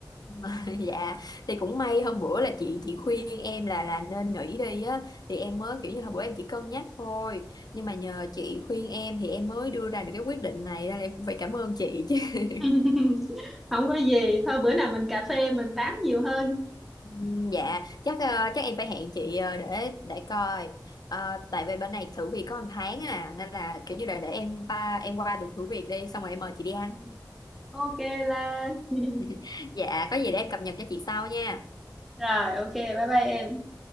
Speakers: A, on the left; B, in the centre.
A: <laughs> dạ thì cũng may hôm bữa là chị chị khuyên em là là nên nghỉ đi á thì em mới kiểu như là bữa em chỉ cân nhắc thôi nhưng mà nhờ chị khuyên em thì em mới đưa ra được cái quyết định này nên là em cũng phải cảm ơn chị chứ <laughs>
B: <laughs> không có gì thôi bữa nào mình cà phê mình tám nhiều hơn
A: Ừ, dạ chắc ờ, chắc em phải hẹn chị ờ, để để coi Ờ, tại vì bên này thử việc có một tháng à nên là kiểu như là để em ba em qua được thử việc đi xong rồi em mời chị đi ăn
B: Ừ, ok là <laughs>
A: <laughs> dạ có gì để em cập nhật cho chị sau nha
B: rồi ok bye bye em